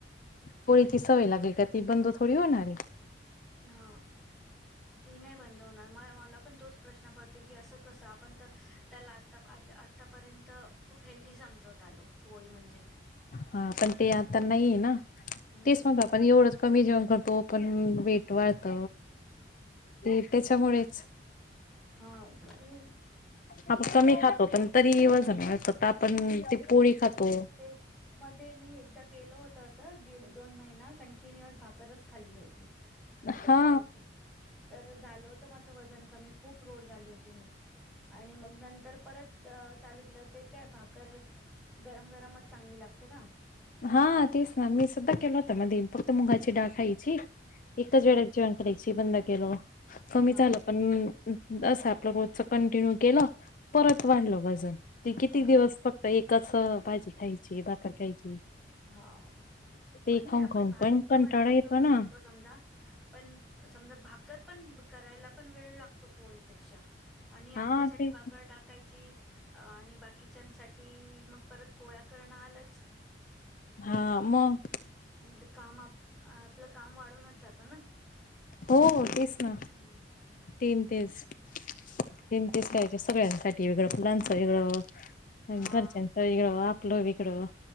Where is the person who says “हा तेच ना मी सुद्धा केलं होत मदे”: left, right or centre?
Left